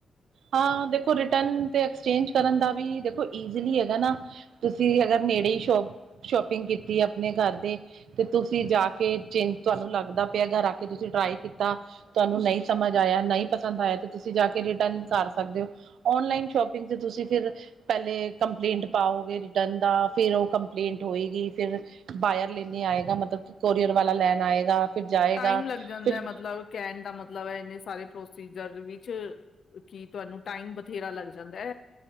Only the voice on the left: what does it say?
ਟਾਈਮ ਲੱਗ ਜਾਂਦੈਂ
ਮਤਲਬ ਕੈਨ ਦਾ ਮਤਲਬ ਐ ਏਨੇ ਸਾਰੇ ਪ੍ਰੋਸੀਜ਼ਰ ਵਿੱਚ ਕੀ ਤੁਆਨੂੰ ਟਾਈਮ ਬਥੇਰਾ ਲੱਗ ਜਾਂਦੈ।